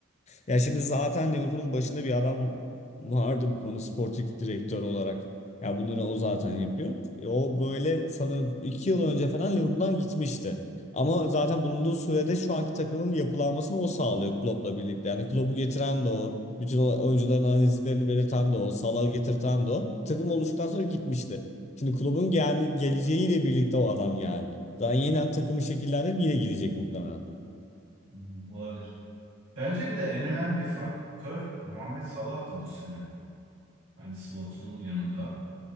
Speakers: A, on the left (about 35°); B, on the right (about 65°).
A: Ya şimdi zaten Liverpool'un başında bir adam vardı bu konu sportif direktör olarak. Ya bunları o zaten yapıyor. E, O böyle sanırım 2 yıl önce falan Liverpool'dan gitmişti. Ama zaten bulunduğu sürede şu anki takımın yapılanmasını o sağlıyor Klopp'la birlikte. Yani Klopp'u getiren de o. Bütün o oyuncuların analizlerini belirten de o. Salah'ı getirten de o. Takım oluştuktan sonra gitmişti. Şimdi Klopp'un gel geleceğiyle birlikte o adam geldi. Daha yeniden takımı şekillendirip yine gidecek muhtemelen.
B: hmm, olabilir. Bence bir de en önemli faktör Muhammed Salah'tı bu sene. Hani Slot'un yanında